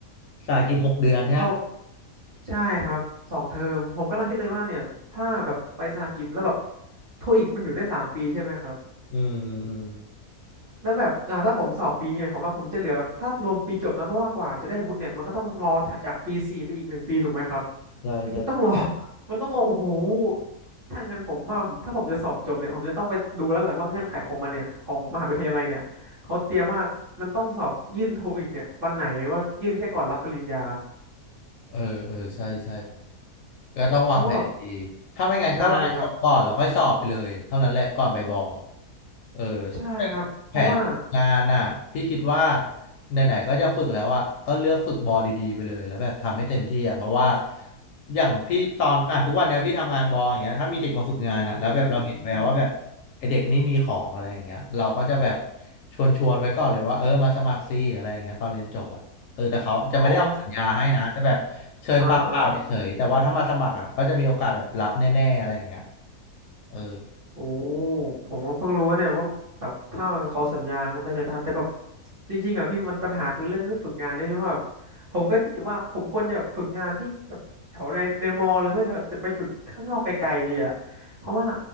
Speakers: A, on the left; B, on the right.
A: สากินหกเดือนใช่ไหม
B: เท่าใช่ครับสองเทอมผมกำลังคิดเลยว่าเนี่ยถ้าแบบไปสหกิจแล้วแบบโทอีกมันอยู่ได้สามปีใช่ไหมครับ
A: อืมอืม
B: แล้วแบบอ่าถ้าผมสอบปีเนี่ยผมว่าผมจะเหลือถ้ารวมปีจบนะเพราะว่ากว่าจะได้วุฒิเนี่ยมันก็ต้องรอถัดจากปีสี่ไปอีกหนึ่งปีถูกไหมครับ
A: ใช่ใช่
B: คือต้องรอ <laughs> มันต้องรอโอ้โหถ้างั้นผมว่าผมถ้าผมจะสอบจบเนี่ยผมจะต้องไปดูแล้วแหละว่าเงื่อนไขของมันเนี่ยของมหาวิทยาลัยเนี่ยเขาเตรียมว่ามันต้องสอบยื่นโทอีกเนี่ยวันไหนว่ายื่นแค่ก่อนรับปริญญา
A: เออเออ ใช่ใช่ก็ต้องวางแผนดี
B: เพราะว่าแบบ
A: ถ้าไม่งั้นก็รอจบก่อนแล้วค่อยสอบไปเลยเท่านั้นแหละก่อนไปบอ
B: ใช่ครับ
A: เออ
B: ใช่ครับเพราะว่า
A: แต่แผนฝึกงานน่ะพี่คิดว่าไหนๆก็จะฝึกแล้วอ่ะก็เลือกฝึกบอดีๆไปเลยแล้วแบบทำให้เต็มที่อ่ะเพราะว่าอย่างพี่ตอนอ่ะทุกวันเนี้ยพี่ทำงานบออย่างเงี้ยถ้ามีเด็กมาฝึกงานอ่ะแล้วแบบเราเห็นแววว่าแบบ
B: อืม
A: ไอเด็กนี่มีของอะไรอย่างเงี้ยเราก็จะแบบชวนชวนไว้ก่อนเลยว่าเออมาสมัครซิอะไรอย่างเงี้ยตอนเรียนจบอ่ะ เออแต่เขาจะไม่ได้ออกสัญญาให้นะแต่แบบเชิญปากเปล่าเฉยๆแต่ว่าถ้ามาสมัครอ่ะก็จะมีโอกาสแบบรับแน่ๆอะไรอย่างเงี้ย
B: อ๋ออ่าอ่า
A: เออ
B: โอ้ผมก็เพิ่งรู้ว่าเนี่ยว่าแบบถ้าเขาสัญญามันก็จะได้แต่แบบจริงๆอ่ะพี่มันปัญหาคือเรื่องเรื่องฝึกงานด้วยเพราะแบบผมก็คิดอยู่ว่าผมควรจะฝึกงานที่กับแถวในในมอหรือไม่เลยแบบจะไปฝึกข้างนอกไกลๆดีอ่ะเพราะว่า